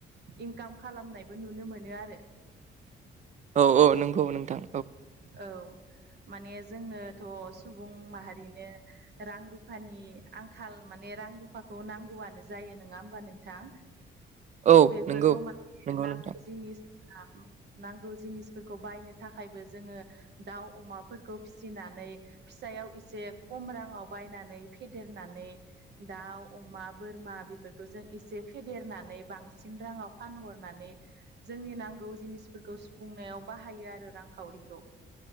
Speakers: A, on the right; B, on the right.
A: इनकाम खालामनायबो नुनो मोनो आरो।
B: औ औ नंगौ नोंथां।
A: औ माने जोंनोथ' सुबुं माहारिनो रां रुफानि आंखाल माने रां रुफाखौ नांगौआनो जायो नोङा होमबा नोंथां?
B: औ
A: बेफोरखौ
B: नंगौ
A: माने
B: नंगौ
A: नांगौ
B: नोंथां
A: जिनिस ओ नांगौ जिनिसफोरखौ बायनो थाखायबो जोङो दाउ अमाफोरखौ फिसिनानै फिसायाव एसे खम रांआव बायनानै फेदेरनानै दाउ अमा बोरमा बेफोरखौ जों एसे फेदेरनानै बांसिन राङाव फानहरनानै जोंनि नांगौ जिनिसफोरखौ सुफुंनायाव बाहायो आरो रांखावरिखौ।